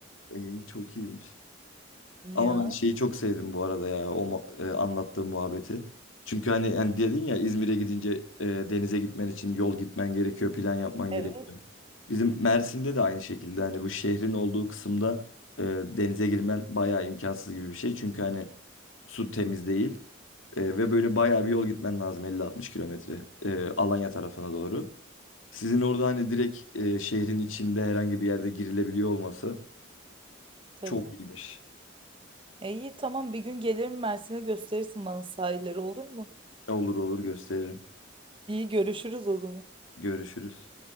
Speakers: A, on the left; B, on the right.
A: İyi çok iyiymiş.
B: Ya.
A: Ama ben şeyi çok sevdim bu arada ya o mu- e, anlattığım muhabbeti. Çünkü hani yani dedin ya İzmir'e gidince e, denize gitmen için yol gitmen gerekiyor, plan yapman
B: Evet
A: gerekiyor. Bizim Mersin'de de aynı şekilde hani bu şehrin olduğu kısımda e, denize girmen bayağı imkansız gibi bir şey. Çünkü hani su temiz değil E, ve böyle bayağı bir yol gitmen lazım 50-60 kilometre e, Alanya tarafına doğru. Sizin orada hani direkt e, şehrin içinde herhangi bir yerde girilebiliyor olması
B: tabii.
A: çok iyiymiş.
B: E iyi tamam bir gün gelirim Mersin'e gösterirsin bana sahilleri olur mu?
A: Olur olur gösteririm.
B: İyi görüşürüz o zaman.
A: Görüşürüz.